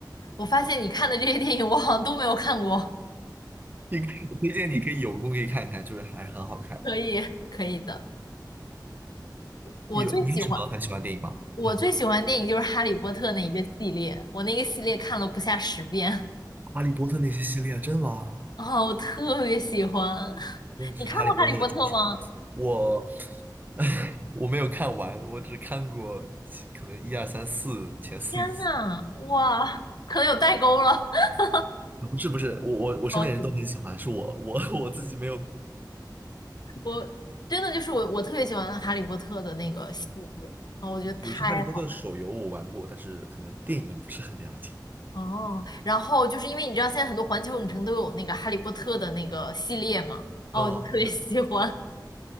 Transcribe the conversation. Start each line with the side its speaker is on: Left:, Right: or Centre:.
Left: 我发现你看的这些电影，我好像都没有看过。
Right: 你我推荐你可以有空可以看一看，就是还是很好看。
Left: 可以，可以的。我最喜欢
Right: 有你有什么很喜欢的电影吗？
Left: 我最喜欢的电影就是《哈利波特》那一个系列，
Right: 嗯，
Left: 我那个系列看了不下十遍。
Right: 哈利波特那些系列啊，真的吗？
Left: 啊，我特别喜欢。<laughs>
Right: 我你是哈利波特的忠实粉丝。
Left: 你看过《哈利波特》吗？
Right: 我 <laughs> 我没有看完，我只看过其可能一二三四前四集。
Left: 天呐，哇，可能有代沟了。<laughs>
Right: 呃不是不是，我我我身边人都很喜欢，
Left: 好喜欢
Right: 是我我 <laughs> 我自己没有。
Left: 我真的就是我，我特别喜欢《哈利波特》的那个系列啊，我觉得太好。
Right: 有些哈利波特的手游我玩过，但是可能电影不是很了解。
Left: 哦，然后就是因为你知道现在很多环球影城都有那个《哈利波特》的那个系列嘛，哦，
Right: 哦，
Left: 我就特别喜欢
Right: 是